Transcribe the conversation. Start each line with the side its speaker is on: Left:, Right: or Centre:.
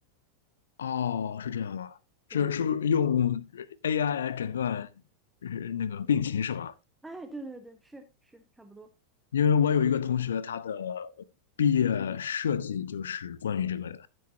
Left: 哦，是这样吗？
Centre: 对，
Left: 是是不是用 AI 来诊断呃那个病情是吧？
Centre: 哎，对对对，是是，差不多。
Left: 因为我有一个同学，他的毕业设计就是关于这个的，